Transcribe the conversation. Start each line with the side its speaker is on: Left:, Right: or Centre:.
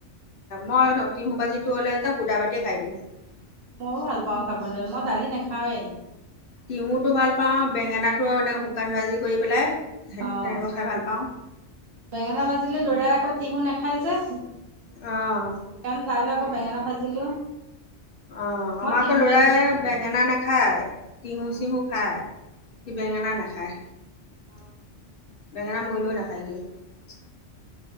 Left: মই তিহু ভাজিটো হ'লে যে শুধা ভাতে খাই দিম। <unintelligible>
Right: ময়ও ভাল পাওঁ খাবলৈ মই দালি নাখাওৱে।
Left: তিহুটো ভাল পাওঁ বেঙেনাটো এনেক শুকান ভাজি কৰি পেলাই সেই
Right: অ'।
Left: তেনেকৈ খাই ভাল পাওঁ। <unintelligible>
Right: বেঙেনা ভাজিলে লৰাই আকৌ তিহু নাখায় যে। সেইকাৰণে
Left: অঁ,
Right: তাল আকৌ বেঙেনা ভাজিলো।
Left: অ
Right: মই
Left: আমাৰ
Right: টিহু
Left: আকৌ লৰাই
Right: ভাজিটোৱে খালো।
Left: বেঙেনা নাখায় তিহু
Right: অ',
Left: চিহু খায়। বেঙেনা
Right: অ',
Left: নাখায়
Right: অ
Left: বেঙেনা মৰিলও নাখায় সি।